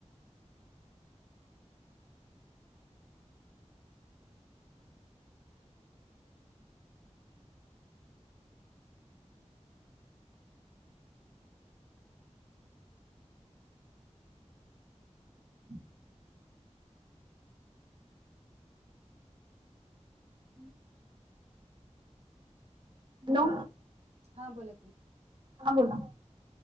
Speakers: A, on the right; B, on the right.
A: हम् हम् हॅलो.
B: हा बोला की
A: हां बोला.